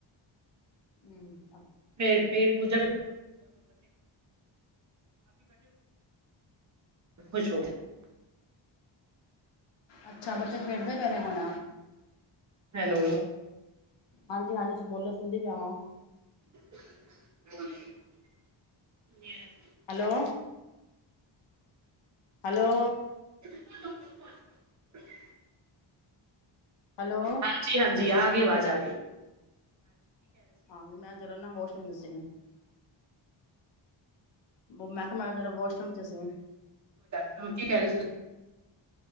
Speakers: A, on the left (about 65°); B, on the right (about 40°).
A: <unintelligible>
B: ਫੇਰ ਪੇਟ ਪੂਜਾ <unintelligible> <unintelligible>
A: ਅੱਛਾ ਬੱਚੇ ਖੇਡਦੇ ਪੈ ਨੇ ਹੁਣ
B: ਹੈਲੋ
A: ਹਾਂਜੀ ਹਾਂਜੀ ਬੋਲੋ <unintelligible>
B: <unintelligible>
A: ਹੈਲੋ ਹੈਲੋ
B: <unintelligible>
A: ਹੈਲੋ
B: ਹਾਂਜੀ ਹਾਂਜੀ ਆਗੀ ਆਵਾਜ਼ <inaudible>
A: <unintelligible> <unintelligible> ਮੈਂ ਕਿਹਾ ਮੈ ਜਰਾ ਵਾਸ਼ਰੂਮ ਚ ਸੀ
B: <unintelligible>